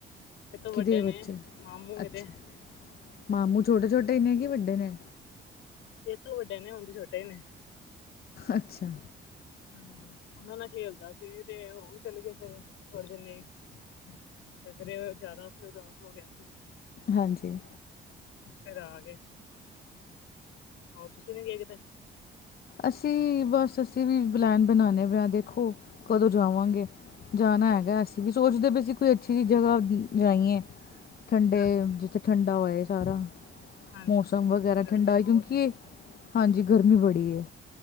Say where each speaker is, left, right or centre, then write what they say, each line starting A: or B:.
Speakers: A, on the left (about 85°); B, on the left (about 50°).
A: ਏਹਥੋਂ
B: ਕਿਹਦੇ
A: ਵੱਡੇ ਨੇ,
B: ਬੱਚੇ
A: ਮਾਮੂ
B: ਅੱਛਾ
A: ਇਹਦੇ।
B: ਮਾਮੂ ਛੋਟੇ-ਛੋਟੇ ਈ ਨੇ, ਕੀ ਵੱਡੇ ਨੇ?
A: ਇਹਥੋਂ ਵੱਡੇ ਨੇ, ਉਂਜ ਛੋਟੇ ਨੇ।
B: ਅੱਛਾ।
A: ਹਾਂ, ਉਹਨਾਂ ਨਾਲ ਖੇਲਦਾ ਸੀ, ਤੇ ਉਹ ਵੀ ਚਲੇ ਗਏ ਫੇਰ ਥੋੜੇ ਦਿਨ ਲਈ। ਤੇ ਫੇਰ ਜ਼ਿਆਦਾ ਉਥੇ ਉਦਾਸ ਹੋ ਗਿਆ ਸੀੇ।
B: ਹਾਂਜੀ।
A: ਫੇਰ ਆ ਗਏ, ਹੋਰ ਤੁਸੀਂ ਨੀ ਗਏ ਕਿਤੇ?
B: ਅਸੀਂ, ਬਸ ਅਸੀਂ ਵੀ ਪਲੈਨ ਬਣਾਣੇ ਬਏ ਆ, ਦੇਖੋ ਕਦੋਂ ਜਾਵਾਂਗੇ? ਜਾਣਾ ਹੈਗਾ ਅਸੀਂ ਵੀ, ਸੋਚਦੇ ਬੇ ਸੀ ਕੋਈ ਅੱਛੀ ਜਿ ਜਗ੍ਹਾ ਜਾਈਏ, ਠੰਡੇ
A: ਹਾਂਜੀ
B: ਜਿੱਥੇ ਠੰਡਾ ਹੋਏ ਸਾਰਾ,
A: ਹਾਂਜੀ
B: ਮੌਸਮ
A: ਹਾਂਜੀ
B: ਵਗੈਰਾ
A: ਗਰਮੀ
B: ਠੰਡਾ,
A: ਬਹੁਤ
B: ਕਿਉਂਕਿ
A: ਹੈ
B: ਇਹ ਹਾਂਜੀ, ਗਰਮੀ ਬੜੀ ਏ।